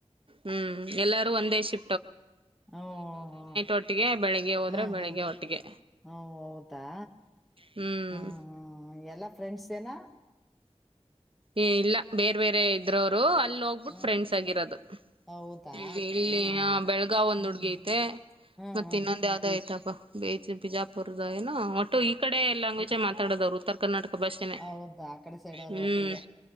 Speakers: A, on the right; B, in the centre.
A: ಹ್ಮ್ ಎಲ್ಲಾರೂ ಒಂದೇ ಶಿ
B: ಹಓ ಹ ಹ್ಮ್
A: ಒಟ್ಟಿಗೆ ಬೆಳಿಗ್ಗೆ ಹೋದ್ರೆ
B: ಹಾ
A: ಬೆಳಿಗ್ಗೆ
B: ಹ
A: ಒಟ್ಟಿಗೆ
B: ಹೌದು ಹೌದಾ
A: ಹ್ಮ್
B: ಹ ಹಾ ಎಲ್ಲಾ ಫ್ರೆಂಡ್ಸ್ ಏನ
A: ಏ ಇಲ್ಲ ಬೇರೆ ಬೇರೆ ಇದ್ರೋರು ಅಲ್ಲಿ ಹೋಗ್ಬಿಟ್ಟ
B: ಹ್ಮ್
A: ಫ್ರೆಂಡ್ಸ್ ಆಗಿರೋದು
B: ಹೌದಾ
A: ಇ ಇಲ್ಲಿ ಬೆಳಗಾವ್ ಒಂದ್
B: ಹ್ಮ್
A: ಹುಡ್ಗಿ ಐತೆ
B: ಹ್ಮ್
A: ಮತ್ತೆ
B: ಹ್ಮ್
A: ಇನ್ನೊಂದ ಯಾವ್ದ ಐ್ತಪ್ಪ ಬೇಜ ಬಿಜಾಪುರ್ದ ಏನೋ ಒಟ್ಟು ಈ ಕಡೆ ಲ್ಯಾಂಗ್ವೇಜ್ ಮಾತಾಡೋವ್ರು ಉತ್ತರ ಕರ್ನಾಟಕ ಭಾಷೆನೆ
B: ಹೌದ ಆ ಕಡೆ ಸೈಡ್ ಅವ್ರ
A: ಹ್ಮ್
B: ಒಟ್ಟಿಗೆ